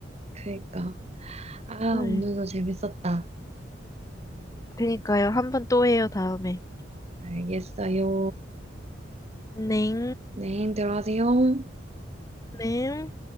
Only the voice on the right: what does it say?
그러니까. 아,
오늘도 재밌었다.
알겠어요.
네, 들어가세요.